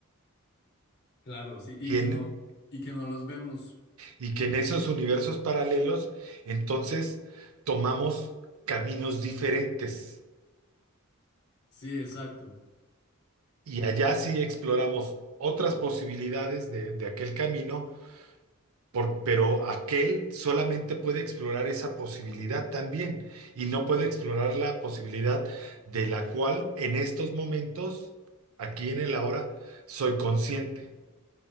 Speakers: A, on the left; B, on the right.
A: Claro, sí,
B: y,
A: y que
B: en,
A: no, y que no los vemos.
B: y que
A: Sí,
B: en esos universos paralelos entonces tomamos caminos diferentes
A: sí, exacto.
B: y allá sí exploramos otras posibilidades de de aquel camino Por- pero aquel solamente puede explorar esa posibilidad también y no puede explorar la posibilidad de la cual en estos momentos, aquí en el ahora, soy consciente.